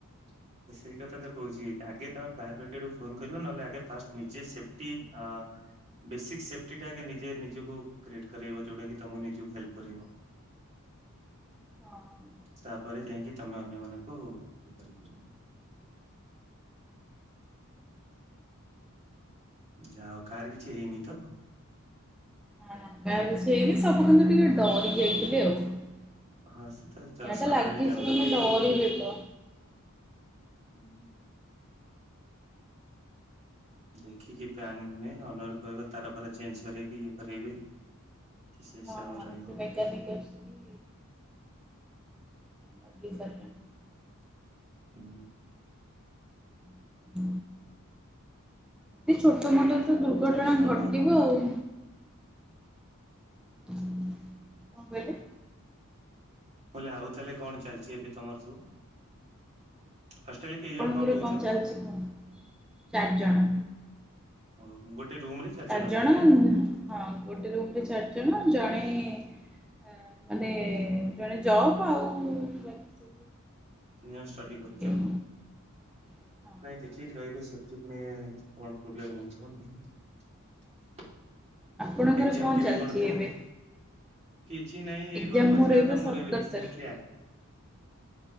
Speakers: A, on the right; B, in the centre.
A: ହ ତ ସେଇ କଥା ତ କହୁଛି ଆଗେ ତମେ ଫାୟାର ବ୍ରିଗେଡୁ ଫୋନ କରିବ ନହେଲେ ଆଗେ ଫାଷ୍ଟ ନିଜେ ସେଫ୍ଟି ଆଁ ବେସିକ୍ ସେଫ୍ଟିଟା ଆେ ନିଜେ ନିଜକୁ କ୍ରିଏଟ୍ କରାଇବ ଯେଉଁଟାକି ତମକୁ ନିଜକୁ ହେଲ୍ପ କରେଇବ।
B: ହଁ।
A: ତାପରେ ଯାଇକି ତମେ ଅନ୍ୟ ମାନଙ୍କୁ ଇଏ କରିବ। ଯାହା ହୋଉ କାହାର କିଛି ହେଇନି ତ?
B: ନା କାହାର କିଛି ହେଇନି ସବୁ କିନ୍ତୁ ଟିକେ ଡରି ଯାଇଥିଲେ ଆଉ। ନିଆଁ
A: ହଁ ସେ ତ ସଡନଲି
B: ଟା ଲାଗିଚି
A: ଜଣଙ୍କର
B: ମାନେ
A: ହବ।
B: ଡରି ଯେତ
A: ହୁଁ। ଦେଖିକି ପ୍ୟନ ଓନରଙ୍କୁ କହିବ ତାର ପରେ ଚେଞ୍ଜ କରାଇକି ଇଏ କରେଇବେ। ସେ ହିସାବରେ
B: ହଁ
A: ରହିବ
B: ସେ ମେକାନିକ୍ ଅଛନ୍ତି। ବାଗେଇ ସାରିଲେଣି।
A: ହୁଁ।
B: <inaudible> ଏମତି ଛୋଟ ମୋଟ ତ
A: ଆଉ
B: ଦୁର୍ଘଟଣା
A: ତାହେଲେ କଣ
B: ଘଟିବ ଆଉ।
A: ହୁଁ।
B: କଣ କହିଲି?
A: ମୁଁ କହିଲି ଆଉ ତାହେଲେ କଣ ଚାଲିଚି ଏବେ ତମର ସବୁ ହଷ୍ଟେଲରେ କେଇ ଜଣ
B: ଆପଣଙ୍କର
A: ରହୁଛ?
B: କଣ ଚାଲିଚି କୁହନ୍ତୁ? ଚାରିଜଣ
A: ଓ ଗୋଟେ ରୁମ ରେ
B: ଚାରି
A: ରହୁଛ
B: ଜଣ
A: ନାଇଁ କି
B: ହଁ ଗୋଟେ ରୁମ ରେ ଚାରି ଜଣ ଜଣେ ଆ ମାନେ ଜଣେ ଜବ ଆଉ ବାକି ସବୁ
A: ତିନିଜଣ ଷ୍ଟଡି
B: ଜବ୍
A: କରୁଚ
B: କେହି
A: ଆଉ
B: ହଁ।
A: ନାଇଁ ଦେଖିକି ରହିବେ ସେପ୍ଟି ଫୁଣି କଣ ପ୍ରୋବ୍ଲେ ହୋଉଥିବ ନାଇଁ।
B: ଆପଣଙ୍କର
A: ଏକ୍ଜାମ କେବେ
B: ଚାଲିଛି
A: କଣ ଥିଲା?
B: ଏବେ?
A: କିଛି ନହିଁ ଏଇ
B: ଏକ୍ଜାମ
A: ଘରୁ ଆସିବା କଥା
B: ସତର
A: ମୋର ଏବେ ରିସେଣ୍ଟଲି
B: ତାରିଖ।